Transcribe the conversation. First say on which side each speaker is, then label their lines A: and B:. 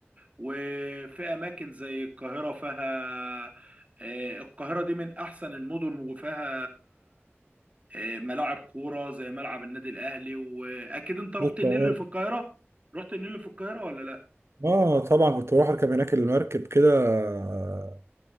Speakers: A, on the right; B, on the right.
A: وفي اماكن زي القاهره فيها آه، القاهرة دي من أحسن المدن وفيها آه، ملاعب كورة زي ملعب النادي الأهلي وأكيد أنت رحت
B: في القاهره
A: النيل اللي في القاهرة؟ رحت النيل اللي في القاهرة ولا لأ؟
B: اه طبعا كنت بروح اركب هناك المركب كده آه،